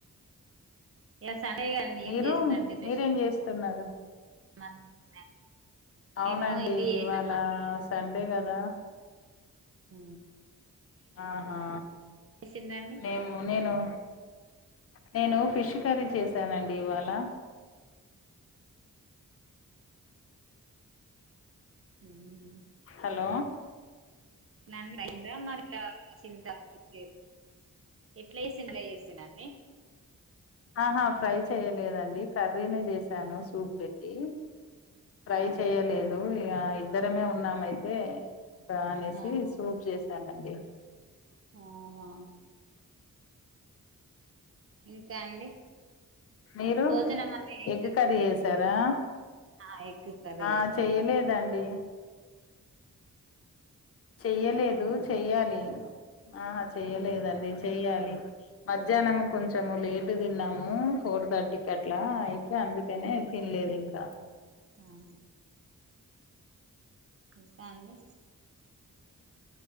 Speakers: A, on the right; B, on the left.
A: ఈయల సండే కదండి
B: మీరు
A: ఏం చేసిందండి స్పెషల్
B: మీరేం చేస్తున్నారు
A: <unintelligible>
B: అవునండి
A: మేము ఇది చేసినామండి
B: ఇవాళ సండే గదా
A: ఊ
B: ఆహా
A: చేసిండ్రండి
B: నేము నేను నేను ఫిష్ కర్రీ చేశానండి ఇవాళ
A: ఊహు
B: హలో
A: <unintelligible> ఎట్ల <unintelligible> అండి
B: ఆహా ఫ్రై చేయలేదండి కర్రీనే చేసాను సూప్ పెట్టి ఫ్రై
A: ఆహా
B: చేయలేదు ఇగ ఇద్దరమే ఉన్నామయితే ఇక అనేసి
A: ఆహా
B: సూప్ చేసి స్తా నండి
A: ఆహా ఇంకా అండి
B: మీరు
A: భోజనం అది ఏంటండి
B: ఎగ్ కర్రీ చేసారా
A: ఆ ఎగ్ కర్రీ
B: ఆ
A: చేసిన్నాను
B: చెయ్యలేదండి చెయ్యలేదు చెయ్యాలి ఆ చెయ్యలేదండి చెయ్యాలి మధ్యాహ్నము కొంచము లేట్ టు తిన్నాము ఫోర్ థర్టీకి అట్లా అయితే అందుకనే తినలేదు ఇంకా
A: అహ ఇంకా అండి